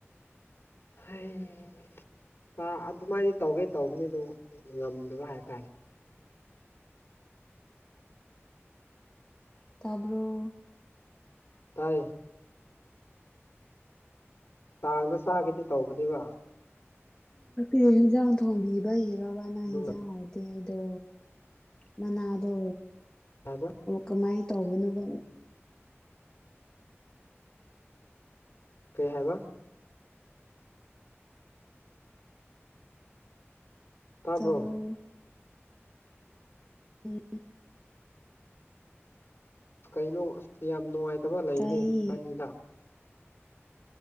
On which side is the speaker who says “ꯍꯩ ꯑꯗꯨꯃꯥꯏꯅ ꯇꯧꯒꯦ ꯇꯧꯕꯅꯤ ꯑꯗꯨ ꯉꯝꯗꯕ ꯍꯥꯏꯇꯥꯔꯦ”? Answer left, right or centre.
Left